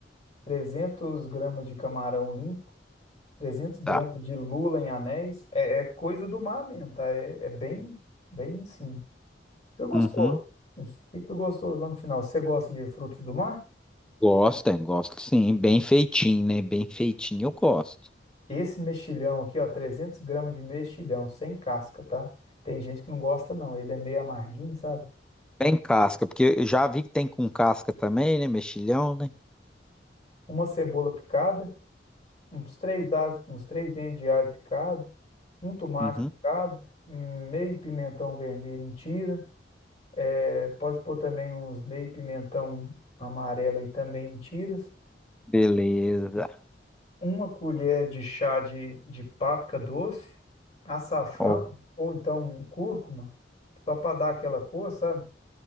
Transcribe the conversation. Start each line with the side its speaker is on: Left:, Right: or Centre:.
Left: 300 gramas de camarão limpo, 300 gramas
Centre: tá?
Left: de lula em anéis. É, é coisa do mar mesmo, tá? É, é bem, bem simples. Fica gostoso.
Centre: Uhum.
Left: Fica gostoso lá no final. Você gosta de frutos do mar?
Centre: gosta gosto sim. Bem feitinho, né? Bem feitinho, eu gosto.
Left: Esse mexilhão aqui, ó, 300 gramas de mexilhão, sem casca, tá? Tem gente que não gosta, não. Ele é meio amarguinho, sabe?
Centre: Bem casca, porque eu já vi que tem com casca também, né? Mexilhão, né?
Left: Uma cebola picada, uns três, dados, uns três dentes de alho picado, um tomate
Centre: Uhum.
Left: picado, hum, meio pimentão vermelho em tira. É, pode pôr também uns meio pimentão amarelo aí também em tiras.
Centre: Beleza.
Left: uma colher de chá de, de páprica doce, açafrão
Centre: Ó,
Left: ou então um cúrcuma, só para dar aquela cor, sabe?